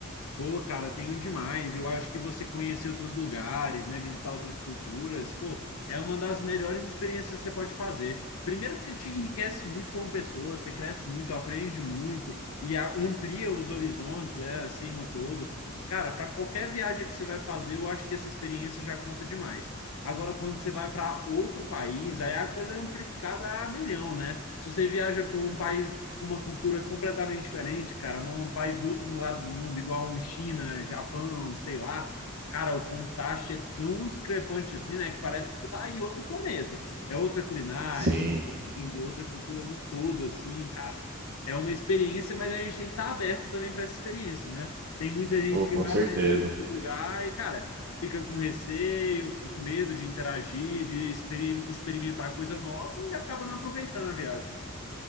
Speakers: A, on the left (about 85°); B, on the right (about 50°).
A: Pô, cara, tenho demais. Eu acho que você conhecer outros lugares, né, visitar outras culturas, pô, é uma das melhores experiências que você pode fazer. Primeiro porque te enriquece muito como pessoa, você cresce muito, aprende muito e a- amplia os horizontes, é assim no todo. Cara, para qualquer viagem que você vai fazer, eu acho que essa experiência já conta demais. Agora, quando você vai para outro país, aí a coisa é amplificada a milhão, né? Se você viaja para um país com uma cultura completamente diferente, cara, um país do outro lado do mundo, igual um China, Japão, sei lá, cara, o contraste é tão discrepante assim, né, que parece que você está em outro planeta. É outra culinária,
B: Sim,
A: é outra língua, outra cultura no todo, assim, cara. É uma experiência, mas a gente tem que estar aberto também para essa experiência, né? Tem muita gente
B: pô,
A: que
B: com
A: vai
B: certeza.
A: para esse tipo de lugar e, cara, fica com receio, fica com medo de interagir, de exper- experimentar coisa nova e acaba não aproveitando a viagem.